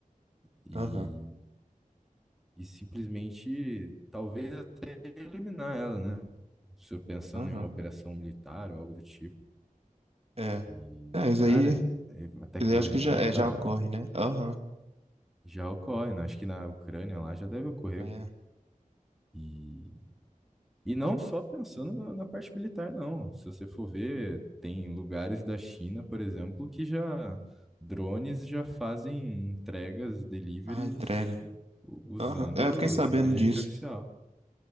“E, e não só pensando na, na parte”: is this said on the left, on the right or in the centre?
Centre